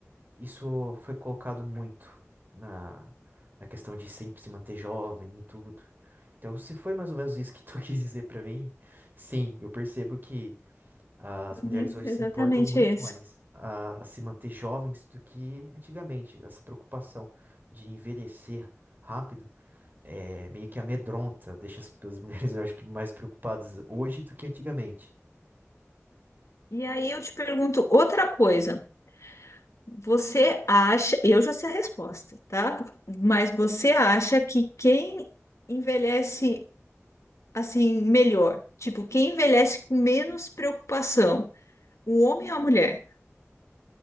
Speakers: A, on the right (about 40°); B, on the left (about 80°).
A: Isso foi colocado muito na, na questão de sempre se manter jovem e tudo. Então, se foi mais ou menos isso que tu <laughs> quis dizer para mim, sim, eu percebo que as mulheres
B: Uhum,
A: hoje
B: exatamente
A: se importam muito
B: isso.
A: mais a, a se manter jovens do que antigamente. Essa preocupação de envelhecer rápido é meio que amedronta, deixa as, as mulheres, <laughs> eu acho que, mais preocupadas hoje do que antigamente.
B: E aí eu te pergunto outra coisa. Você acha, eu já sei a resposta, tá? Mas você acha que quem envelhece assim melhor, tipo, quem envelhece com menos preocupação, o homem ou a mulher?